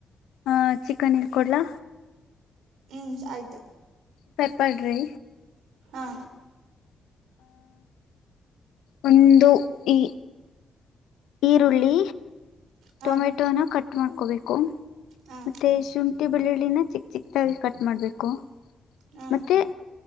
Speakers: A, on the left; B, on the right.
A: ಹ ಚಿಕನ್ ಹೇಳ್ರ್ಕೊಡ್ಲಾ
B: ಹ್ಮ್ ಆಯ್ತು
A: ಪೆಪರ್ ್ರೈ
B: ಹಾ
A: ಒಂದು ಈ ಈರುಳ್ಳಿ
B: ಹ
A: ಟೊಮೆಟೊನ ಕಟ್ ಮಾಡ್ಕೋಬೇಕು
B: ಹ
A: ಮತ್ತೆ ಶುಂಠಿ ಬೆಳ್ಳುಳ್ಳಿ ಚಿಕ್ ಚಿಕ್ಾಗಿ ಕಟ್ ಮಾಡಬೇಕು
B: ಹ
A: ಮತ್ತೆ